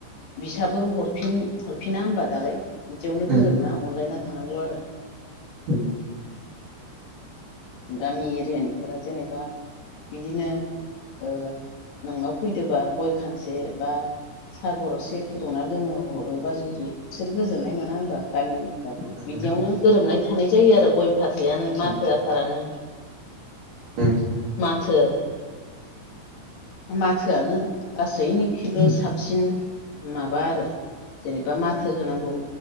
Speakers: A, on the left; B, on the right.
A: बिसाबो हरफिन हरफिना होनबा दालाय बिदियावनो
B: उम
A: गोरोमना अनलायना थानांगौ आरो।
B: उम
A: गामि एरियानिफोरा जेनेबा बिदिनो ओ नोंनाव फैदोबा गय खानसे बा सा गर'से फुदुंना लोङो हरोबा जुदि बिसोर गोजोननाय मोना होमबा गामिनि
B: मोनो मोनो
A: बिदियावनो गोरोबनाय थानाय जायो आरो गय फाथैआनो माथो
B: उम
A: आसारानो
B: उम
A: माथो माथोआनो गासैनिखिबो
B: उम
A: साब सिन माबा आरो जेनेबा माथो होनांगौ